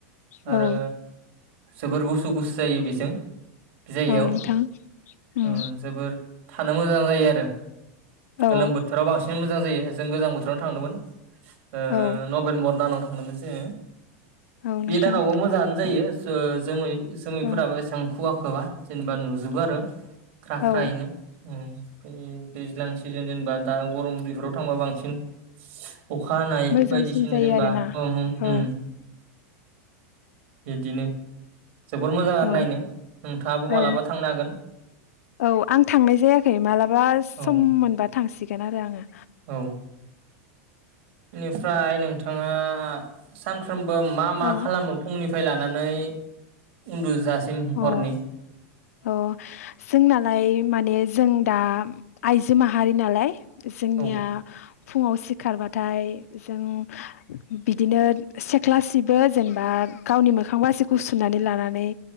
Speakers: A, on the left; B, on the right.
A: औ
B: आरो जोबोर गुसु गुसु जायो बेजों बे जायगायाव
A: औ नोंथां उम
B: ओ जोबोर थानो मोजां जायो आरो गोलोम
A: औ
B: बोथोराव बांसिन मोजां जायो जों गोजां बोथोरावनो थांदोंमोन। ओ
A: औ
B: नभेम्बर दानाव थांदोंमोन जोंङो
A: औ
B: बे
A: नोंथां
B: दानावबो मोजाङानो जायो। ओ जोमै जोमैफोराबो
A: ओं
B: एसेबां खुवाखोबा जेनेबा नुजो जोबो आरो ख्रा-ख्रा
A: औ
B: यैनो उम दैज्लां सिजोन जेनेबा दा गरम बेफोराव थांबा बांसिन <unintelligible> अखा हानाय
A: मोजांसिन
B: बायदिसिना
A: जायो
B: जेनबा
A: आरोना
B: औ उम उम उम
A: औ
B: बिदिनो जोबोर मोजां आरो
A: औ
B: नायनो नोंथाङाबो
A: ओं
B: मालाबा थांनो हागोन।
A: औ आं थांनाय जायाखै मालाबा सम
B: औ
A: मोनबा थांसिगोन आरो आंङो।
B: औ बेनिफ्राय नोंथाङा सान सानफ्रोमबो मा
A: आङो
B: मा खालामो फुंनिफ्राय लानानै उन्दुजासिम हरनि
A: औ औ जोंनालाय माने जों दा आइजो माहारि नालाय जोंनिया
B: औ
A: फुङाव सिखारबाथाय जों बिदिनो सेख्लासिबो जेनबा गावनि मोखां बासिखौ सुनानै लानानै